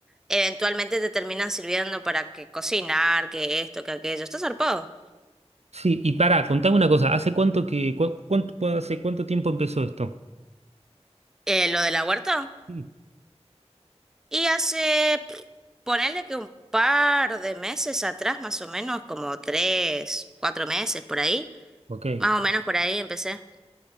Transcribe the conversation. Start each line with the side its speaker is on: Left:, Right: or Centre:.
Centre: eventualmente te terminan sirviendo para que cocinar, que esto, que aquello. Está zarpado.
Right: Sí, y para, contame una cosa, ¿hace cuánto que, cu- cuánto, hace cuánto tiempo empezó esto?
Centre: Eh, lo de la huerta.
Right: Sí.
Centre: Y hace, pff, ponerle que un par de meses atrás, más o menos, como tres, cuatro meses por ahí,
Right: Ok.
Centre: más o menos por ahí empecé.